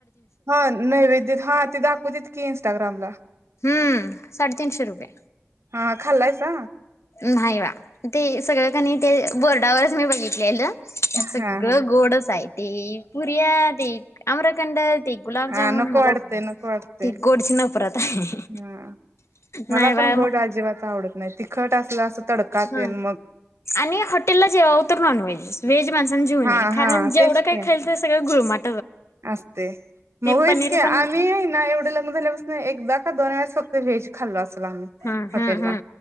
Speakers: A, on the right; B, on the left.
A: हां, नैवेद्यत हां ते दाखवत्यातकी. टाग्राम ला
B: हम्, साडेतीनशे रुपये.
A: हा खाल्लायसा
B: न्हाई वा, ते सगळकनी ते बोर्डावरच मी बघितलेलं त्यात सगळं
A: हा हा
B: गोडच आहे. ते पुरीया, ते आम्रखंड. ते गुलाबजामुन
A: हां नको
B: मला
A: वाटतंय नको वाटते.
B: ते गोडची नफरत आहे
A: हां, मला
B: नाही बा
A: पण गोड अजिबात आवडत नाही तिखट असलं असं तडका
B: हां,
A: तेन मग
B: आणि हॉटेलला जेवाव तर नॉन व्हेज. वेज मज जेऊ
A: हा
B: नये कारण
A: हा
B: जेवढ
A: तेच
B: काय
A: की
B: खाईल ते सगळं गुळमाट.
A: असते, मग होयस
B: पनीर
A: की
B: पण
A: आम्ही हे ना एवढं लग्न झाल्यापास्नं एक कदा का दोन वेळाज् फक्त वहेज खाल्लं अस् रांग
B: हा
A: हटेलला
B: हा हा